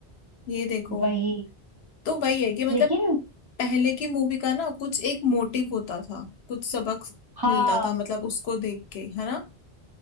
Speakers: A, on the left; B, on the right.
A: ये देखो
B: वही
A: तो वही है कि मतलब
B: लेकिन
A: पहले की मूवी का ना कुछ एक मोटिव होता था कुछ सबक
B: हाँ
A: मिलता था मतलब उसको देख के है ना